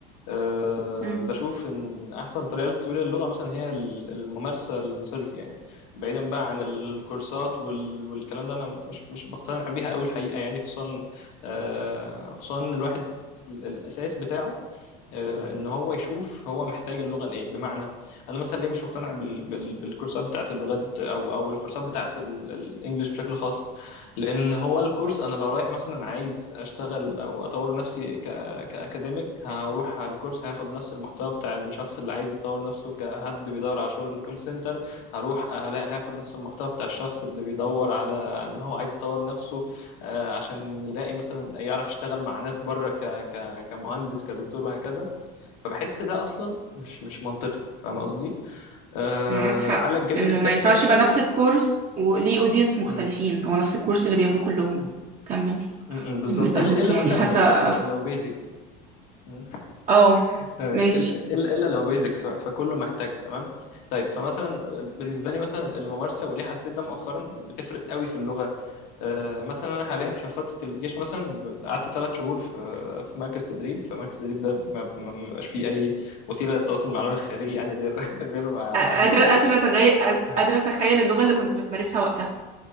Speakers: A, on the left (about 80°); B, on the right (about 35°).
A: أه
B: مم.
A: بشوف ان احسن طريقه لتطوير اللغه مثلا هي ال- الممارسه الصرف يعني بعيدا بقى عن الكورسات وال- والكلام ده انا مش مش بقتنع بيها قوي الحقيقه يعني خصوصا أه خصوصا إن الواحد ال- الاساس بتاعه آه، ان هو يشوف هو محتاج اللغه لايه بمعنى انا مثلا ليه مش مقتنع بال... بال... بالكورسات بتاعت اللغات او او الكورسات بتاعت ال- الانجليش بشكل خاص لان هو الكورس انا لو رايح مثلا عايز اشتغل او اطور نفسي ك... كاكاديميك هروح على الكورس هاخد نفس المحتوى بتاع الشخص اللي عايز يطور نفسه كحد بيدور على شغل كول سنتر هروح هلاقي هاخد نفس المحتوى بتاع الشخص اللي بيدور على ان هو عايز يطور نفسه آه، عشان يلاقي مثلا يعرف يشتغل مع ناس بره ك... ك... كمهندس كدكتور وهكذا فبحس ده اصلا مش مش منطقي فاهم قصدي آه
B: معاك حق
A: على الجانب
B: إنه
A: التاني
B: ما ينفعش
A: مثلا
B: يبقى نفس الكورس وليه أودينس مختلفين
A: مم،
B: هو نفس الكورس اللي بياخدوه كلهم
A: مم،
B: كمل
A: مم، بالظبط
B: كمل
A: الا
B: أرجوك
A: إلا
B: يعني
A: مثلا
B: حاسة
A: ل- لو لو بيزكس يعني مم.
B: اه
A: <laughs> آه،
B: ماشي
A: الا إلا لو بيزكس فكله محتاج تمام طيب فمثلا بالنسبه لي مثلا الممارسه وليه حسيت ده مؤخرا بتفرق قوي في اللغه آه، مثلا انا حاليا في فتره الجيش مثلا ببقى قعدت ثلاث شهور في في مركز تدريب فمركز التدريب ده ما ما- ما بيبقاش فيه اي وسيله للتواصل مع العالم الخارجي يعني غير <laughs> غير مع الاهل
B: أ- قادرة
A: وكده
B: قادرة أتغي... أ-
A: آه،
B: قادرة أتخيل اللغة اللي كنت بتمارسها وقتها